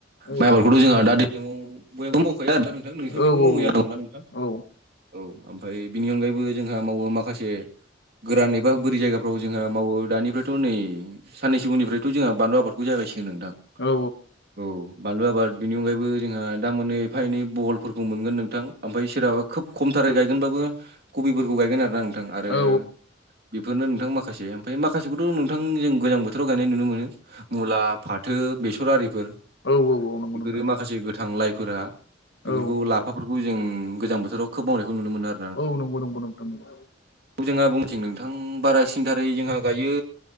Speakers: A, on the left; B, on the right.
A: औ
B: माइ आबफोरखौथ' जोंहा दि बयहाबो मावखाया आरो ना नोंथां नोंथांनिबो
A: औ औ
B: मावै जानांगौ ना नोंथां
A: औ
B: औ ओमफ्राय बिनि अनगायैबो जोंहा मावो माखासे गोरान एबा बोरै जायगा फोराव जोंहा मावो दानिफ्रायथ' नै साननैसो उनिफ्रायथ' जोंहा बानलु आबादखौ जागायसिगोन नोंथां
A: औ
B: औ बानलु आबाद बिनि अनगायैबो जोंहा दा मोनाने एफा एनै बहलफोरखौ मोनगोन नोंथां ओमफ्राय सोरहाबा खोब खमथारै गायगोनबाबो कबिफोरखौ गायगोन आरोोना नोंथां आरो
A: औ
B: बेफोरनो नोंथां माखासे ओमफ्राय माखासेखौथ' नोंथां जों गोजां बोथोराव गायनाय नुनो मोनो मुला फाथो बेसर आरिफोर
A: औ औ
B: बेफोरो
A: नंगौ नोंथां
B: माखासे गोथां लाइफोरा बेफोरखौ
A: औ
B: लाफाफोरखौ जों गोजां बोथोराव खोब मावनायखौ नुनो मोनो आरो
A: औ नंगौ नंगौ नोंथां नंगौ
B: औ जोंहा बुंथिं नोंथां बारासि सिनथारै जोंहा गायो